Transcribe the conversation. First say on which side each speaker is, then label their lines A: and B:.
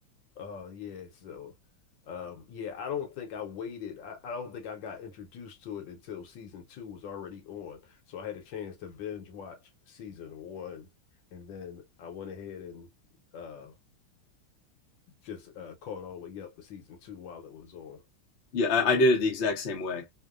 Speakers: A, on the left (about 65°); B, on the left (about 50°).
A: Uh yeah, so um yeah, I don't think I waited. I, I don't think I got introduced to it until season two was already on. So I had a chance to binge watch season one and then I went ahead and uh just uh caught all the way up with season two while it was on.
B: Yeah, I, I did it the exact same way.